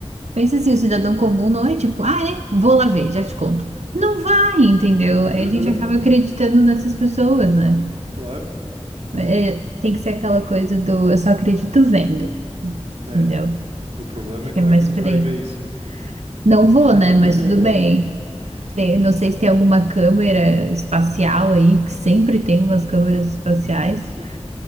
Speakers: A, on the right (about 85°); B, on the right (about 65°).
A: Pensa assim, o cidadão comum não é tipo, ah, é, vou lá ver, já te conto. Não vai, entendeu? Aí
B: aham,
A: a gente acaba acreditando nessas pessoas, né?
B: claro,
A: É, tem que ser aquela coisa do eu só acredito vendo,
B: né?
A: entendeu?
B: O problema
A: Acho
B: é como
A: que é mais
B: é que a gente
A: por
B: vai
A: aí.
B: ver isso, né?
A: Não vou,
B: <laughs>
A: né? Mas tudo bem. Tem-
B: É,
A: não sei se tem alguma câmera espacial aí, que sempre tem umas câmeras espaciais.
B: sim.